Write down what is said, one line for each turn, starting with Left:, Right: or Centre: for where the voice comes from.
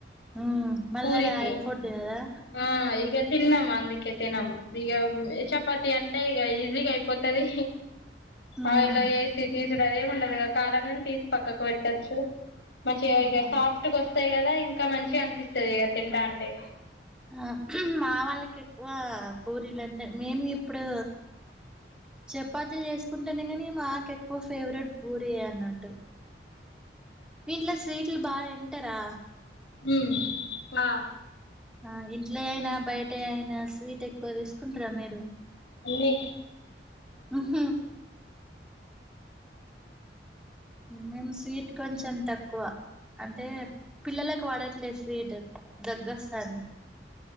Centre: మ్మ్ మళ్ళ
Left: పూరికి
Centre: అది ఆయిల్ ఫుడ్ కదా.
Left: ఆ ఇగ తిన్నాం అందుకే తినం ఇగ చపాతి అంటే ఇగ ఈజీగా అయిపోతది.
Centre: ఉమ్
Left: ఆయిల్ల ఏసి తీసుడు అదేమి ఉండదుగా కాలంగనే తీసి పక్కకు పెట్టొచ్చు. మంచిగా
Centre: ఆ
Left: ఇగ సాఫ్టగా వస్తయి కదా. ఇంక మంచిగ అనిపిస్తది అది తింటావుంటే.
Centre: ఆ మా వాళ్ళకి ఎక్కువ పూరీలు అంటే మేము ఇప్పుడు చపాతీలు చేసుకుంటనే కానీ మాకు ఎక్కువ ఫేవరెట్ పూరీయే అన్నట్టు. మీ ఇంట్ల స్వీట్లు బాగ తింటరా
Left: హ్మ్ ఆ
Centre: ఆ ఇంట్ల అయినా, బయట అయినా స్వీట్ ఎక్కువ తీసుకుంటరా మీరు?
Left: ఒన్లి
Centre: మ్ హ్ మేము స్వీట్ కొంచెం తక్కువ అంటే పిల్లలకు పడట్లేదు స్వీటు దగ్గు వస్తాంది.